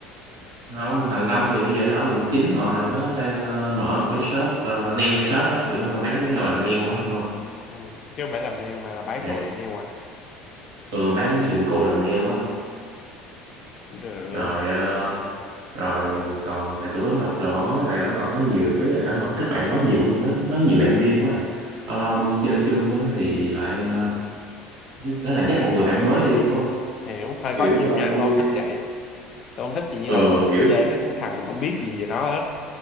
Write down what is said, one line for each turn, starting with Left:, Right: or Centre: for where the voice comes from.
Right: không thằng Lâm thì bây giờ nó ở quận 9 rồi nó đang ờ, mở một cái shop ờ, nail shop á kiểu mà bán mấy đồ làm nail á hiểu không
Left: ừ. chứ không phải làm nail mà là bán
Right: Thì,
Left: đồ làm nail à
Right: ừ, bán mấy dụng cụ làm nail á
Left: cũng được
Right: rồi ờ, rồi còn tại tụi Bảo Ngọc rồi á tại Bảo Ngọc có nhiều ý là cả họ kết bạn quá nhiều không nó nó có nhiều bạn riêng quá à. lâu lâu đi chơi chung á thì lại ờ, nó lại dắt một người bạn mới đi em hiểu không
Left: hiểu hơi
Right: kiểu
Left: khó chịu
Right: ờ,
Left: nha
Right: tôi
Left: tôi không thích vậy tôi không thích gì nhưng
Right: ừ,
Left: lâu lâu đi
Right: kiểu
Left: chơi cái con thằng mình không biết gì về nó hết